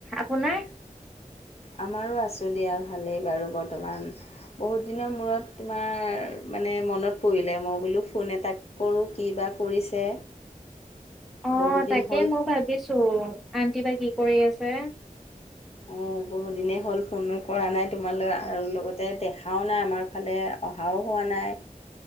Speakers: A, in the centre; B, on the left.
A: আপোনাৰ?
B: আমাৰো আছোঁ দিয়া ভালেই বাৰু বৰ্তমান, বহুত দিনৰ মূৰত তোমাৰ মানে মনত পৰিলে মই বোলো ফোন এটা কৰোঁ কি বা কৰিছে।
A: অ',
B: বহুত দিন
A: তাকে
B: হ'ল
A: মই ভাবিছোঁ, আন্টি বা কি কৰি আছে?
B: অ', বহুদিনেই হ'ল ফোন কৰা নাই তোমালৈ, আৰু লগতে দেখাও নাই আমাৰ ফালে অহাও হোৱা নাই